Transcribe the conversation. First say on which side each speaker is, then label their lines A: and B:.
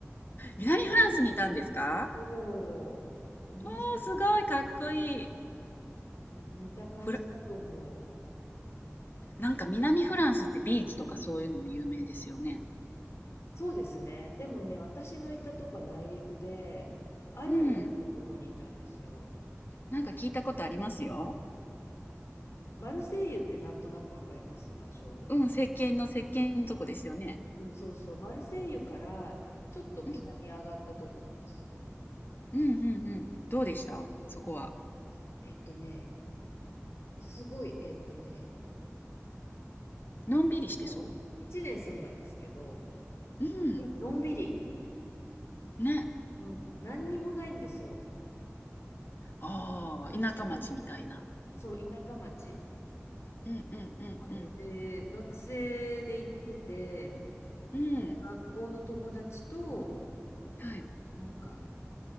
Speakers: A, on the left; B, on the left.
A: 南フランスにいたんですか
B: おお、同じです。
A: おー、すごい、かっこいい。
B: に似た感じだと思う。
A: フラ、なんか南フランスってビーチとかそういうのも有名ですよね。
B: そうですね。でもね、私の行ったとこは内陸で、アルルってとこにいたんですよ。
A: うん。なんか聞いたことありますよ。
B: うん、マルセイユってなんとなくわかります場所。
A: うん、
B: い
A: 石鹸の石鹸のとこですよね。
B: うん、そうそう。マルセイユからちょっと北に上がったとこなんですよ。
A: うん。うんうんうん。どうでしたそこは。
B: で、でえっとね、すごい、えっとね、
A: のんびりしてそ
B: うん、1年住んだんですけど、
A: う。うん。
B: うんのんびり。
A: ね。
B: うん、何にもないんですよ。
A: ああ、
B: 街なんだけど。
A: 田舎町みたいな。
B: そう、田舎町。
A: うんうんうんうん。
B: そうで、学生で行ってて、
A: うん。
B: もう学校の友達と、
A: はい。
B: なんか、